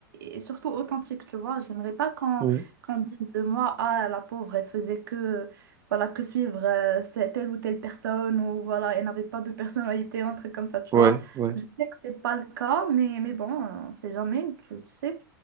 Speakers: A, on the right (about 70°); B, on the right (about 30°).
A: et- et surtout authentique, tu vois. J'aimerais pas qu'on
B: ouais,
A: qu'on dise de moi, ah, la pauvre, elle faisait que, voilà, que suivre euh, c'est- telle ou telle personne ou voilà, elle n'avait pas de personnalité, un truc comme ça, tu
B: ouais,
A: vois.
B: ouais,
A: Je sais que c'est pas le cas, mais, mais bon, euh, on sait jamais, tu, tu sais.